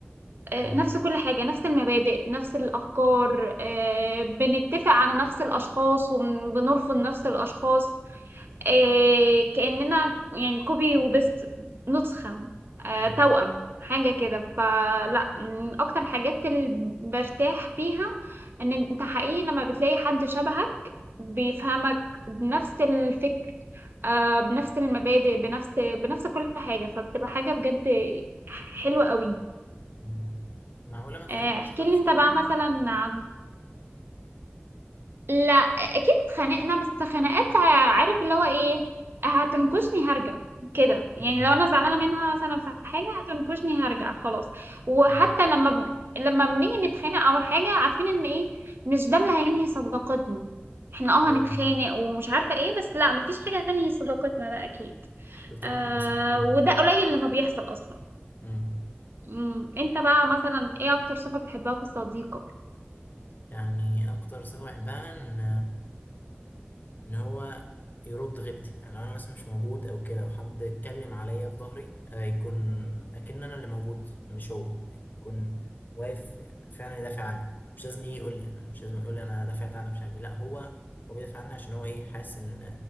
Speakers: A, on the right; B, on the left.
A: آه،
B: مم.
A: نفس كل حاجة نفس المبادئ نفس الأفكار آه، بنتفق على نفس الأشخاص وبنرفض نفس الأشخاص إيه كأننا يعني كوبي وبيست نسخة آه
B: ايوه
A: توأم حاجة كده فلا من أكتر الحاجات اللي برتاح فيها إن أنت حقيقي لما بتلاقي حد شبهك بيفهمك بنفس الفكر آه بنفس المبادئ بنفس بنفس كل حاجة فبتبقى حاجة بجد حلوة قوي
B: مم. معقوله ما اتخانقتوش
A: آه احكي
B: خالص
A: لي أنت
B: ولا
A: بقى
B: مره
A: مثلا عن لا اكيد اتخانقنا بس خناقات عارف اللي هو ايه هتنكشني هرجع كده يعني
B: مم.
A: لو انا زعلانه منها مثلا في حاجه هتنكشني هرجع خلاص وحتى
B: مم.
A: لما ب... لما بنيجي نتخانق او حاجه عارفين ان ايه مش ده اللي هينهي صداقتنا احنا اه
B: ايوه
A: هنتخانق
B: ايوه
A: ومش عارفه ايه بس لا مفيش حاجه هتنهي صداقتنا ده اكيد
B: تفضلوا
A: آه
B: متمسكين بيها
A: وده
B: ايوه
A: قليل لما بيحصل اصلا
B: مم.
A: مم. انت بقى مثلا ايه اكتر صفه بتحبها في صديقك
B: يعني اكتر صفه بحبها ان ان هو يرد غيبتي يعني لو انا مثلا مش موجود او كده وحد اتكلم عليا في ظهري آه، يكون اكن انا اللي موجود مش هو يعني يكون واقف فعلا يدافع عني مش لازم يجي يقول لي يعني مش لازم يقول لي انا دافعت عنك مش عارف إيه. لا هو هو بيدافع عني عشان هو ايه حاسس ان